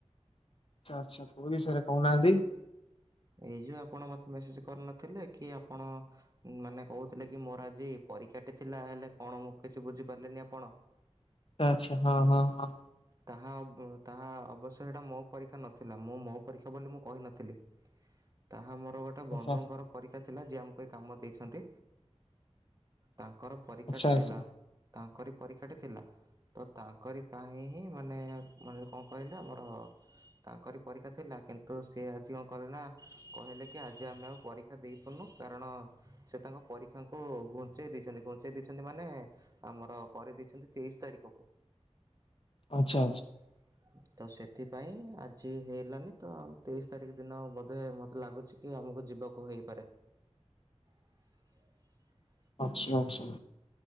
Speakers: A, on the left; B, on the right.
A: ଆଚ୍ଛା ଆଚ୍ଛା କୋଉ ବିଷୟରେ କହୁନାହାନ୍ତି?
B: ଏଇ ଯୋଉ ଆପଣ ମତେ ମେସେଜ କରିନଥିଲେ କି ଆପଣ ମାନେ କହୁଥିଲେ କି ମୋର ଆଜି ପରୀକ୍ଷାଟି ଥିଲା ହେଲେ କଣ ମୁଁ କିଛି ବୁଝିପାରିଲିନି ଆପଣ
A: ଆଚ୍ଛା ଆଚ୍ଛା ହଁ ହଁ ହଁ।
B: ତାହା ତାହା ଅବଶ୍ୟ ସେଟା ମୋ ପରୀକ୍ଷା ନଥିଲା ମୁଁ ମୋ ପରୀକ୍ଷା ବୋଲି ମୁଁ କହିନଥିଲି। ତାହା ମୋ ଗୋଟେ
A: ଆଚ୍ଛା
B: ବନ୍ଧୁଙ୍କର ପରୀକ୍ଷା ଥି ଲା ଯିଏ ଆମକୁ ଏ କାମ ଦେଇଛନ୍ତି। ତାଙ୍କର ପରୀକ୍ଷାଟି
A: ଆଚ୍ଛା ଆଚ୍ଛା ଆଚ୍ଛା
B: ଥିଲା ତାଙ୍କରି ପରୀକ୍ଷାଟି ଥିଲା ତ ତାଙ୍କରି ପାଇଁ ହିଁ ମାନେ ମାନେ କଣ କହିଲେ ଆମର ତାଙ୍କରି ପରୀକ୍ଷା ଥିଲା କିନ୍ତୁ ସେ ଆଜି କଣ କହଲେ ନା କହିଲେ କି ଆଜି ଆମେ ଆଉ ପରୀକ୍ଷା ଦେଇପାରୁନୁ କାରଣ ସେ ତାଙ୍କ ପରୀକ୍ଷାଙ୍କୁ ଘୁଞ୍ଚେଇ ଦେଇଛନ୍ତି ଘୁଞ୍ଚେଇ ଦେଇଛନ୍ତି ମାନେ ଆମର କରିଦେଇଛନ୍ତି। ତେଇଶି ତାରିକ କୁ।
A: ଆଚ୍ଛା
B: <inaudible> ତ ସେଥିପାଇଁ ଆଜି ହେଇଲାନି ତ ତେଇଶି ତାରିଖ ଦିନ ବୋଧେ ମତେ ଲାଗୁଛି କି ଆମକୁ ଯିବାକୁ ହେଇପାରେ। <inaudible>
A: ଆଚ୍ଛା ଆଚ୍ଛା।